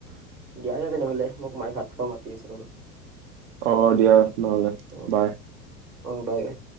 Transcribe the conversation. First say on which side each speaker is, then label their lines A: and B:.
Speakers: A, on the right; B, on the right.
A: দিয়া তে তেনেহ'লে, মোক মায়ে ভাত খাব মাতি আছে ৰবা।
B: অ', দিয়া। নহলে,
A: অ',
B: বাই।
A: অ', বাই-বাই।